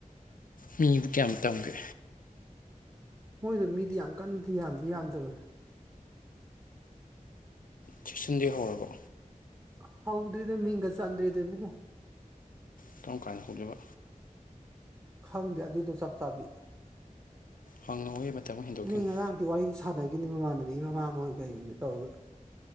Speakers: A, on the left (about 75°); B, on the right (about 20°).
A: ꯃꯤꯕꯨ ꯀꯌꯥꯝ ꯇꯝꯒꯦ꯫
B: ꯃꯣꯏꯗꯣ ꯃꯤꯗꯤ ꯌꯥꯝ ꯀꯟꯅꯗꯤ ꯌꯥꯝꯗꯤ ꯌꯥꯝꯗꯕꯅꯦ꯫
A: ꯁ‌ꯦꯛꯁꯟꯗꯤ ꯍꯧꯔꯕꯣ꯫
B: ꯍꯥꯎꯗ꯭ꯔꯤꯗ ꯃꯤꯒ ꯆꯟꯗ꯭ꯔꯤꯗ ꯏꯕꯨꯡꯉꫭ꯫
A: ꯪꯀꯝ ꯀꯥꯟ ꯍꯧꯗꫭꯏꯕ꯫
B: ꯈꯪꯗ‌ꯦ ꯑꯗꯨꯗꯣ ꯆꯞ ꯆꯥꯕꯤ꯫
A: ꯍꯪꯉꯑꯣꯒꯤ ꯃꯇꯝ ꯑꯃ ꯍꯦꯟꯗꯣꯛꯈꯤꯅꯤ
B: ꯅꯣꯏ ꯉꯔꯥꯡꯗꯤ ꯋꯥꯔꯤꯗꯤ ꯁꯥꯟꯅꯈꯤꯅꯤ ꯃꯃꯥꯅꯗꯤ ꯃꯃꯥ꯫ ꯃꯣꯏ ꯗꯩ ꯍꯧꯖꯤꯛ ꯇꯧꯔꯒ